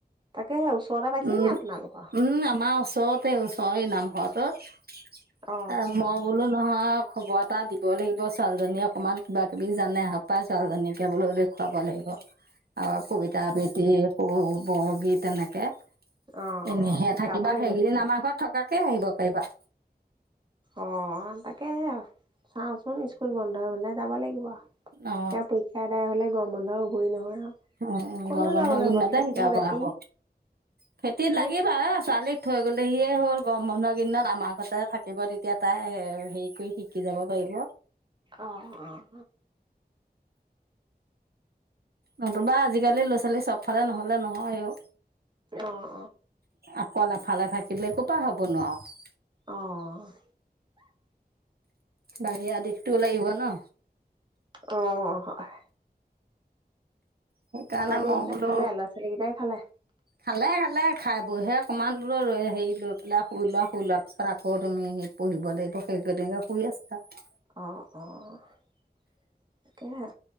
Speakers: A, on the right; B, on the right.
A: তাকে সেই ওচৰতে পাইছে
B: উম
A: নি আপোনালোকৰ?
B: উম আমাৰ ওচৰতে ওচৰ এই নামঘৰটোত।
A: অ
B: মই বোলো নহয় খবৰ এটা দিব লাগিব ছোৱালীজনীয়ে অকমান কিবা কিবি যি জানে <unintelligible> ছোৱালজনীকে বোলেও দেখুৱাব লাগিব। অ কবিতা আবৃত্তি ক বৰগীত তেনেকে।
A: অ
B: এনে
A: অ
B: সে
A: শিকাব
B: থাকিবা
A: লাগিব
B: সেইকেইদিন
A: তেতিয়া
B: আমাৰ ঘৰত থাকা তেতিয়া আহিব পাৰিবা।
A: অঁ', তাকেহে আৰু চাওঁচোন স্কুল বন্ধই হলে যাব লাগিব। এতিয়া
B: অ
A: পৰীক্ষা এটাই হ'লে গৰম বন্ধই হ'ব কৰি নহয়
B: অ
A: ক'তনো
B: গৰম বন্ধ
A: যাবলৈ
B: দিনতে
A: হ'ব খেতি
B: জাব
A: বাতি
B: হব খেতিত
A: ন
B: লাগিবা ছোৱালীক থৈ গ'লেহিয়ে হ'ল গৰম বন্ধৰ কেইদিনত আমাৰ ঘৰতে থাকিব তেতিয়া তাই হেৰি কৰি শিক শিকি যাব পাৰিব।
A: অ', অ',
B: নতুবা আজিকালিৰ ল'ৰা ছোৱালী চব ফালে নহ'লে নহয় অ,
A: অ', অ',
B: অকল এফালে থাক কিলে ক'ৰ পা হ'ব নু আৰু।
A: অহ।
B: বাহিৰা দিশটোৱো লাগিব ন।
A: অহ হয়।
B: সেইকাৰণে
A: দে
B: মই
A: সেইকেইটা
B: বোলো,
A: খালে ল'ৰা ছোৱালীকেইটাই খালে
B: খালে খালে। খাই বৈহে অকণমান বোলো ৰৈ হেৰি লৈ পেলাই শুই লোৱা, শুই লোৱাৰ পিছত আকৌ তুমি সেই পঢ়িব লাগিব সেই তেনেকৈ শুই আছে আৰু।
A: অহ অহ তাকে আৰু,